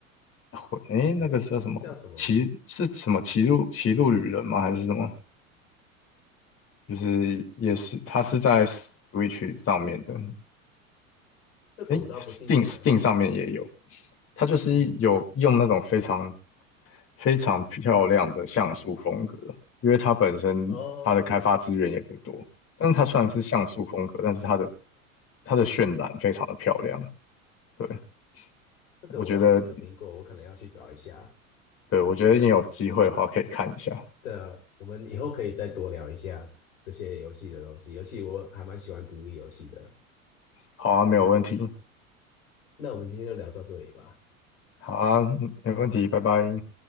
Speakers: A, on the left (about 30°); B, on the left (about 65°).
A: 会，诶，那个叫什么骑是什么骑路骑路旅人吗？
B: 诶，叫什么呢？
A: 还是什么？就是也是它是在 Switch 上面的。
B: 这个我倒不清楚诶。
A: 哎，Steam Steam 上面也有，它就是有用那种非常
B: 嗯，
A: 非常漂亮的像素风格，因为它本身它的开发资源也不多，
B: 哦，
A: 但是它虽然是像素风格，但是它的它的渲染非常的漂亮。对，
B: 这个我倒是没有听过，
A: 我觉得，
B: 我可能要去找一下。
A: 对，我觉得你有机会的话可以看一下。
B: 哎，的，我们以后可以再多聊一下这些游戏的东西，游戏我还蛮喜欢独立游戏的。
A: 好啊，没有问题。
B: 那我们今天就聊到这里吧。
A: 好啊，没问题，拜拜。